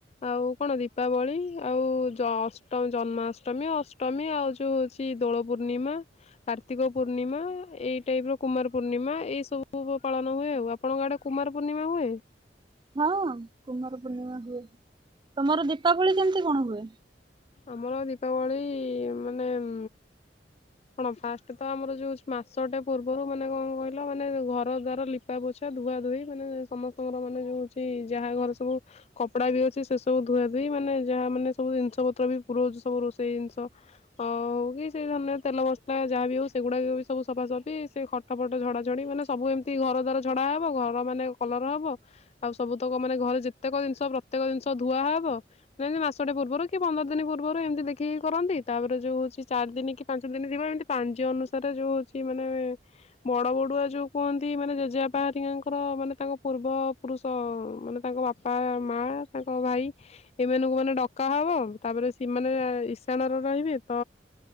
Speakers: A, on the left; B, on the right.
A: ଆଉ କଣ ଦୀପାବଳି ଆଉ ଉ ଜଅଷ୍ଟ ଜନ୍ମାଷ୍ଟମୀ, ଅଷ୍ଟମୀ ଆଉ ଯୋଉ ହଉଛି, ଦୋଳ ପୂର୍ଣ୍ଣିମା, କାର୍ତିକ ପୂର୍ଣ୍ଣିମା ଏଇ ଟାଇପ୍ ର କୁମାର ପୂର୍ଣ୍ଣିମା। ଏଇ ସବୁ ପାଳନ ହୁଏ ଆଉ। ଆପଣଙ୍କ ଆଡ଼େ କୁମାର ପୂର୍ଣ୍ଣିମା ହୁଏ?
B: ହଁ କୁମାର ପୂର୍ଣ୍ଣିମା ତମର ଦୀପାବଳି କେମିତି କଣ ହୁଏ?
A: ଆମର ଦୀପାବଳି ମାନେ-ଏ-ଏମ୍ କଣ, ଫାଷ୍ଟ ତ ଆମର ଯୋଉ ମାସଟେ ପୂର୍ବରୁ ମାନେ କଣ କହିଲ, ମାନେ ଘର ଦ୍ୱାର ଲିପାପୋଛା ଧୁଆ ଧୁଇ ମାନେ ସମସ୍ତଙ୍କର ମାନେ ଯଉ ହଉଛି, ଯାହା ଘରେ ସବୁ କପଡା ବି ଅଛି, ସେ ସବୁ ଧୁଆ ଧୁଇ ମାନେ ଯାହାମାନେ ସବୁ ଜିନିଷ ପ ପ ବି ପୁରଉଛୁ ସବୁ ରୋଷେଇ ଜିନିଷ, ଅହଉ କି ସେ ଅନ୍ୟ ତେଲ ମସଲା ଯାହା ବି ହଉ ସେଗୁଡା ବି ସବୁ ସଫାସଫି ସେ ଖଟଫଟ, ଝଡାଝଡି ମାନେ ସବୁ ଏମିତି ଘର ଦ୍ୱାର ଝଡା ହବ। ଘର ମାନେ କଲର ହବ। ଆଉ ସବୁତକ ମାନେ ଘରେ ଯେତେକ ଜିନିଷ, ପ୍ରତ୍ୟେକ ଜିନିଷ ଧୁଆ ହବ। ମାନେ ମାସଟେ ପୂର୍ବରୁ ପନ୍ଦର ଦିନ ପୂର୍ବରୁ ଏମିତି ଦେଖିକି କରନ୍ତି। ତାପରେ ଯୋଉ ହଉଛି ଚାରି ଦିନ କି ପାଞ୍ଚ ଦିନ ଥିବ, ଏମିତି ପାଞ୍ଜି ଅନୁସାରେ ଯୋଉ ହଉଛି, ମାନେ ବଡ ବଡୁଆ ଯୋଉ କୁହନ୍ତି, ମାନେ ଜେଜେଆପା ହାରିକାଙ୍କର ମାନେ ତାଙ୍କ ପୂର୍ବ ପୁରୁଷ ମାନେ ତାଙ୍କ ବାପା, ମା, ତାଙ୍କ ଭାଇ, ଏମାନଙ୍କୁ ମାନେ ଡକା ହବ। ତାପରେ ସିମାନେ ଇଶାଣ ର ରହିବେ। ତ